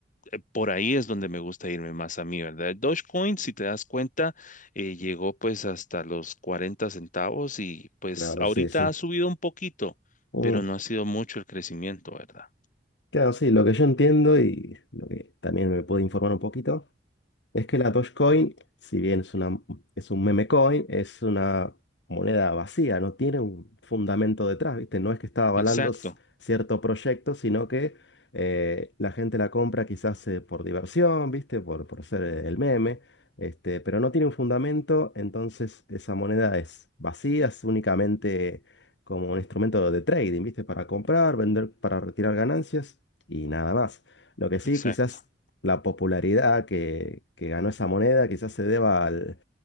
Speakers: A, on the left (about 45°); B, on the left (about 75°).
A: eh, Por ahí es donde me gusta irme más a mí, ¿verdad? Dogecoin, si te das cuenta, eh, llegó pues hasta los 40 centavos y pues
B: claro,
A: ahorita
B: sí, sí.
A: ha subido un poquito,
B: Mm.
A: pero no ha sido mucho el crecimiento, ¿verdad?
B: Claro, sí, lo que yo entiendo y lo que también me puedo informar un poquito. Es que la Dogecoin, si bien es una, es un meme coin, es una moneda vacía, no tiene un fundamento detrás, ¿viste? No es que está avalando
A: Exacto,
B: s- cierto proyecto, sino que eh, la gente la compra quizás eh, por diversión, ¿viste? Por, por ser el meme, este, pero no tiene un fundamento, entonces esa moneda es vacía, es únicamente como un instrumento de trading, ¿viste? Para comprar, vender, para retirar ganancias y nada más. Lo que sí,
A: exacto.
B: quizás la popularidad que, que ganó esa moneda quizás se deba al,